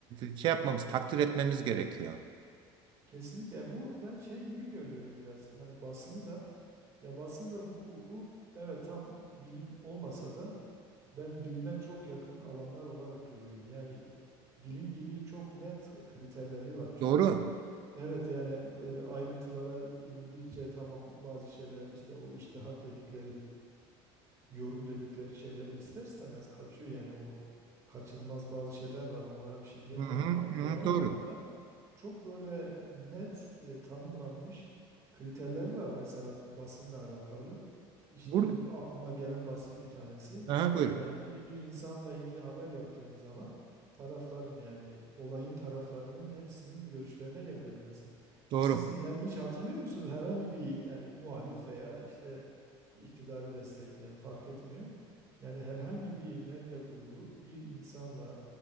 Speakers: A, on the right; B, on the right.
A: e, şey yapmamız, takdir etmemiz gerekiyor.
B: Kesinlikle bu ben şey gibi görüyorum biraz. Hani basını da ya basın ve hukuku evet tam bilim olmasa da ben bilime çok yakın alanlar olarak görüyorum. Yani bilim gibi çok net kriterleri var çünkü.
A: Doğru.
B: Evet yani e, ayrıntılara inildikçe tamam bazı şeyler işte o içtihat dedikleri yorum dedikleri şeylere ister istemez kaçıyor. Yani o kaçılmaz bazı şeyler var. Onlara bir şey diyemiyorum
A: Hı hı,
B: ama genel
A: hı hı, doğru.
B: anlamda çok böyle net e, tanımlanmış kriterler var. Mesela basınla alakalı. İşte
A: Burada,
B: bu aklıma gelen basit bir tanesi.
A: aha, buyurun.
B: Yani bir, bir insanla ilgili haber yaptığınız zaman tarafların yani olayın taraflarının hepsinin görüşlerine yer verilmesi.
A: Doğru.
B: Siz yani hiç hatırlıyor musunuz herhangi bir yani muhalif veya işte iktidarı destekleyen fark etmiyor. Yani herhangi bir medya grubu bir insanla